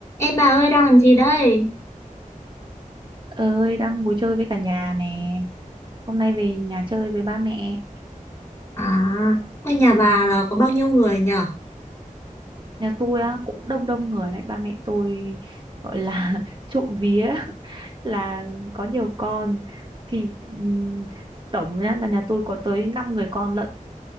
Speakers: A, on the left; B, on the right.
A: Ê bà ơi đang làm gì đây?
B: ơi đang ngồi chơi với cả nhà nè hôm nay về nhà chơi với ba mẹ
A: À, ở nhà bà
B: Ừm,
A: là có bao nhiêu người nhở?
B: nhà tôi á cũng đông đông người đấy ba mẹ tôi gọi là <laughs> trộm vía <laughs> là có nhiều con thì ừm, tổng nhá là nhà tôi có tới 5 người con lận